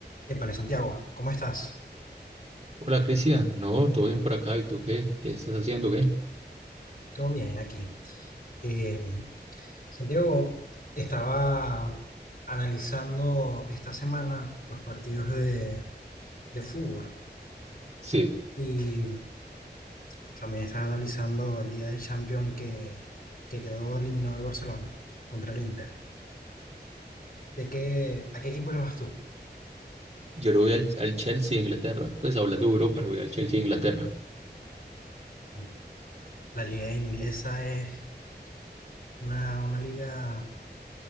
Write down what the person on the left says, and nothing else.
Épale, Santiago, ¿cómo estás?
Todo bien aquí. Eh, Santiago, estaba analizando esta semana los partidos de, de fútbol
y también estaba analizando el día de Champions que, que quedó eliminado el Barcelona contra el Inter. ¿De qué, a qué equipo le vas tú?
Mm. La liga inglesa es una, una liga